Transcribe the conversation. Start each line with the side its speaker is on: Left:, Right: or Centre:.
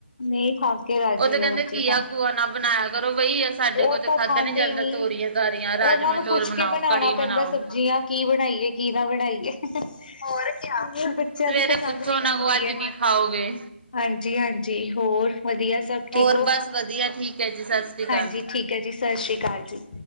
Left: ਨਈਂ ਖਾ ਕੇ ਰਾਜੀ
Right: ਉਹ ਤਾਂ ਕਹਿੰਦੇ
Left: ਐ ਬੱਚੇ
Right: ਘੀਆ
Left: ਤਾਂ,
Right: ਘੂਆ ਨਾ ਬਣਾਇਆ ਕਰੋ ਬਈ ਸਾਡੇ
Left: ਏ
Right: ਕੋਲ ਤੇ
Left: ਤਾਂ
Right: ਖਾਧਾ
Left: ਖਾਂਦੇ
Right: ਨੀ ਜਾਂਦਾ
Left: ਈ ਨਈਂ।
Right: ਤੋਰੀਆਂ ਤਾਰੀਆਂ ਰਾਜਮਾਂ
Left: ਓਨਾਂ ਨੂੰ
Right: ਚੋਲ
Left: ਪੁੱਛ
Right: ਬਣਾਓ
Left: ਕੇ ਬਣਾਣਾ
Right: ਕੜੀ ਬਣਾਓ
Left: ਪੈਂਦਾ ਸਬਜ਼ੀਆਂ, ਕੀ ਬਣਾਈਏ ਕੀ ਨਾਂ ਬਣਾਈਏ। ਹੋਰ ਕਿਆ, ਬੱਚਿਆਂ
Right: ਸਵੇਰੇ
Left: ਦੀ ਪਸੰਦ
Right: ਪੁੱਛੋ
Left: ਦੀ
Right: ਉਹਨਾਂ
Left: ਬਣਦੀ
Right: ਕੋਲ ਅੱਜ
Left: ਐ।
Right: ਕੀ ਖਾਓਗੇ
Left: ਹਾਂਜੀ ਹਾਂਜੀ, ਹੋਰ ਵਧੀਆ ਸਭ ਠੀਕ
Right: ਹੋਰ
Left: ਐ?
Right: ਬਸ ਵਧੀਆ ਠੀਕ ਹੈ ਜੀ ਸਤਿ ਸ੍ਰੀ ਅਕਾਲ
Left: ਹਾਂਜੀ ਠੀਕ। ਕਿਆ ਜੀ, ਸਤਿ ਸ੍ਰੀ ਅਕਾਲ ਜੀ।